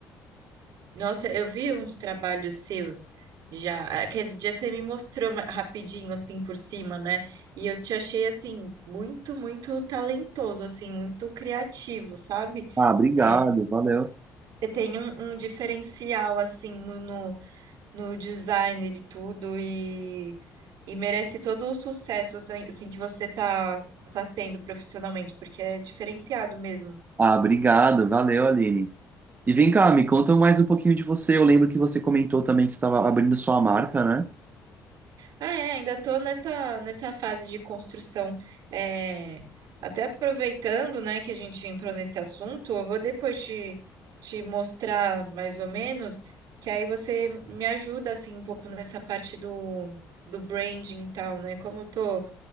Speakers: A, on the right (about 70°); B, on the right (about 25°).
A: Nossa, eu vi uns trabalhos seus já. Aquele dia você me mostrou ma- rapidinho, assim, por cima, né? E eu te achei, assim, muito, muito talentoso, assim, muito criativo, sabe?
B: Ah, obrigado,
A: É,
B: valeu.
A: você tem um, um diferencial, assim, no, no, no design de tudo e, e merece todo o sucesso, assim, assim, que você tá, tá tendo profissionalmente, porque é diferenciado mesmo.
B: Ah, obrigado, valeu, Aline. E vem cá, me conta mais um pouquinho de você. Eu lembro que você comentou também que você estava abrindo sua marca, né?
A: Ah, é, ainda estou nessa, nessa fase de construção. É, até aproveitando, né, que a gente entrou nesse assunto, eu vou depois te, te mostrar mais ou menos, que aí você me ajuda, assim, um pouco nessa parte do, do branding e tal, né? Como eu tô